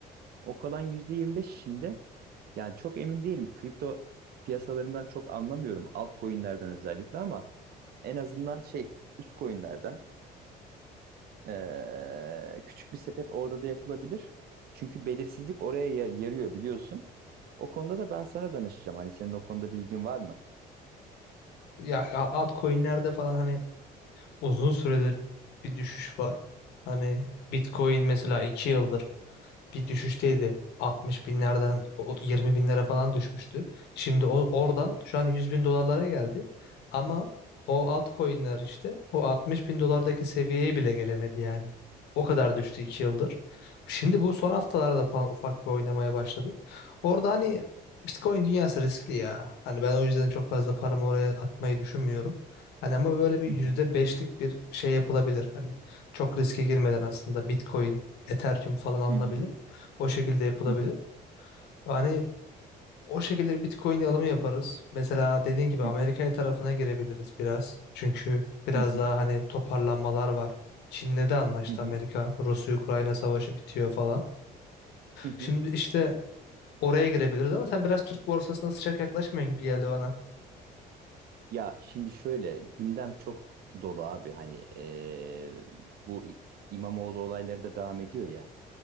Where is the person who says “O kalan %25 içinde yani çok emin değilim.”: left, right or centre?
Right